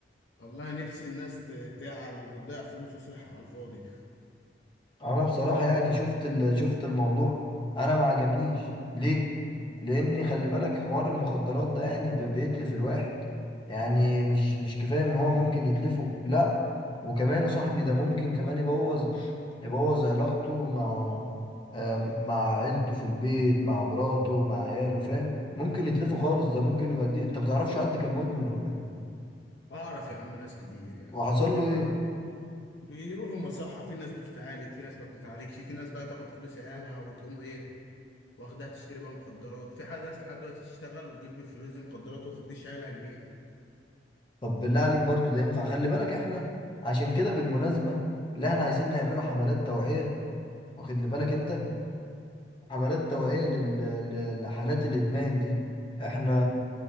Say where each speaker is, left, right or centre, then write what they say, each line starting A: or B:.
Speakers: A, on the left; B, on the left.
A: والله نفسي الناس ت- تعل وبتضيع فلوس وصحة على الفاضي
B: انا بصراحه يعني شفت ال- شفت الموضوع انا ما عجبنيش ليه لان خلي بالك حوار المخدرات ده يعني ب- بيتلف الواحد يعني مش مش كفايه ان هو ممكن يتلفه لا وكمان يا صاحبي ده ممكن كمان يبوظ يبوظ علاقته مع آم، مع عيلته في البيت مع مراته مع عياله فاهم ممكن يتلفه خالص ده ممكن يوديه انت ما تعرفش حد كان مدمن ولا إيه؟
A: اعرف يا عم ناس كتير يا عم
B: وحصل له ايه
A: بيروحوا مصحة في ناس بتتعالج في ناس ما بتتعالجش في ناس بقى تاخد فلوس عيالها وتقوم ايه واخدها تشتري بقى مخدرات في حد ناس لحد دلوقتي تشتغل وتجيب بالفلوس دي مخدرات وتديش عيالها جنيه
B: طب بالله عليك برضو ده ينفع خلي بالك احنا عشان كده بالمناسبة اللي احنا عايزين نعمله حملات توعية واخد لي بالك انت حملات توعية لل... ل- لحالات الادمان دي احنا